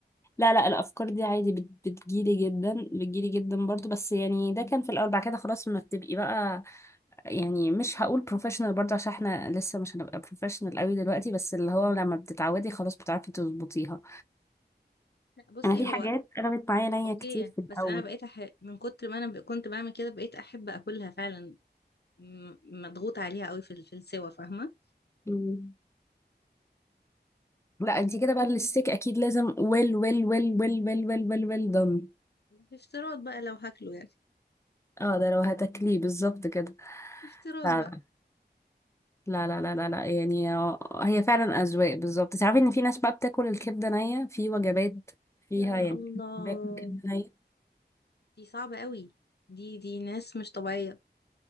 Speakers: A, on the left; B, on the left.
A: لا لا الافكار دي عادي بت... بتجيلي جدا بتجيلي جدا برضو بس يعني ده كان في الاول بعد كده خلاص ما بتبقي بقى يعني مش هقول بروفيشنال برضه عشان احنا لسه مش هنبقى بروفيشنال قوي دلوقتي بس اللي هو لما بتتعودي خلاص بتعرفي تظبطيها
B: لا بصي
A: انا في
B: هو
A: حاجات قلبت معايا نية
B: اوكي
A: كتير
B: يعني،
A: في الاول
B: بس انا بقيت أح... من كتر ما انا ب... كنت بعمل كده بقيت احب اكلها فعلا م- مضغوط عليها قوي في ال- في السوا فاهمه
A: مم. لا انت كده بقى الستيك اكيد لازم ويل ويل ويل ويل ويل ويل ويل ويل دون
B: في افتراض بقى لو هاكله يعني
A: اه ده لو هتاكليه بالظبط كده
B: في افتراض
A: لا
B: بقى
A: لا لا لا لا لا يعني آه، هي فعلا اذواق بالظبط تعرفي ان في ناس بقى بتاكل الكبده نيه في وجبات فيها
B: يا
A: يعني
B: الله
A: <laughs> بتاكل كبده
B: دي صعبه قوي دي دي ناس مش طبيعيه